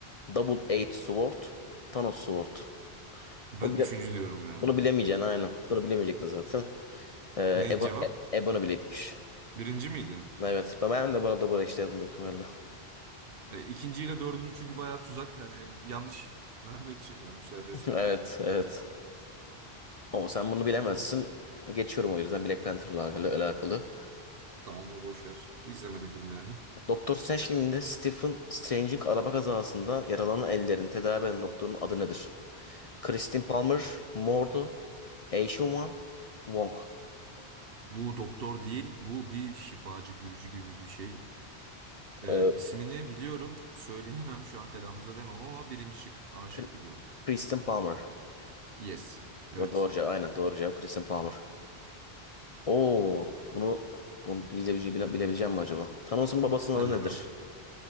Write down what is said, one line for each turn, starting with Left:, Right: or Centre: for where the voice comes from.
Left: Double Edged Sword, Thanos Sword.
Right: Ben
Left: O
Right: üçüncü diyorum ya.
Left: Bunu bilemeyeceksin aynen. Bunu bilemeyecektin zaten. Ee,
Right: Ne
Left: Ebo,
Right: cevap?
Left: E- Ebon'a bile gitmiş.
Right: Birinci miydin?
Left: Evet. Ben de burada burada işlerdim büyük ihtimalle.
Right: E, ikinciyle dördüncü çünkü bayağı tuzak. Hani yanlış vermek için vermişler resmen.
Left: <laughs> Evet. Evet. O sen bunu bilemezsin. Geçiyorum o yüzden Black Panther'la alakalı, alakalı.
Right: Tamam onu boş ver. İzlemedim filmlerini.
Left: Doktor Strange filminde Stephen Strange'in araba kazasında yaralanan ellerin tedavi eden doktorun adı nedir? Christine Palmer, Mordo, Eishun Wong.
Right: Bu doktor değil, bu bir şifacı, büyücü gibi bir şey. Ee,
Left: Ee,
Right: ismini biliyorum, söyleyemem şu an telaffuz edemem ama birinci şık, A şıkkı
Left: Kr-
Right: diyorum.
Left: Kristen Palmer.
Right: Yes, evet.
Left: Doğru cevap. Aynen doğru cevap Kristen Palmer. Oo, bunu bunu bilebileceğim, bile- bilebileceğim mi acaba? Thanos'un babasının
Right: Hadi
Left: adı
Right: bakalım.
Left: nedir?